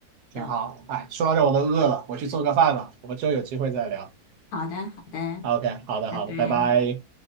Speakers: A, on the right; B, on the left.
A: 挺好。
B: 嗯。
A: 哎，说到这我都饿了，我去做个饭吧，我们之后有机会再聊。
B: 好的，好的，
A: OK，好的，
B: 拜拜。
A: 好的，拜拜。